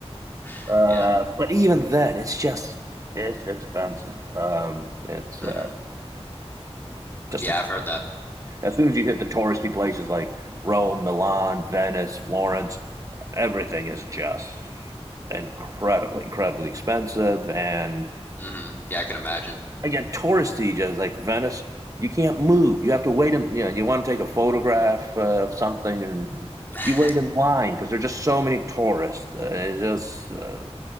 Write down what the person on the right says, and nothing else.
Uh,
but even then, it's just it's expensive. Um, it's
uh, just
As soon as you hit the touristy places like Rome, Milan, Venice, Florence, everything is just incredibly, incredibly expensive. And
again, touristy, just like Venice, you can't move. You have to wait. In, you know, you want to take a photograph uh, of something, and
you wait in line because there are just so many tourists. Uh, it's just uh,